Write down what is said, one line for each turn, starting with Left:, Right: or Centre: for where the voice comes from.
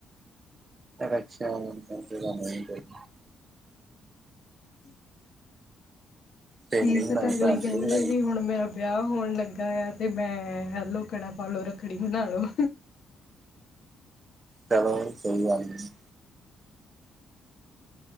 Right: ਅੱਛਾ <unintelligible> ਤੇਰੀ
Left: ਕੀ ਪਤਾ ਅਗਲੀ ਕੈ
Right: ਬਣਾਈ।
Left: ਦੇ ਵੀ ਹੁਣ ਮੇਰਾ ਵਿਆਹ ਹੋਣ ਲੱਗਾ ਐ ਤੇ ਮੈਂ ਹੈਲੋ ਕਰਾਂ ਪਾਲੋ ਰੱਖੜੀ ਬਣਾ ਲੋ।
Right: ਚਲੋ ਉਹਦੀ ਸੋਈ ਗੱਲ ਨਹੀਂ ਸੀ।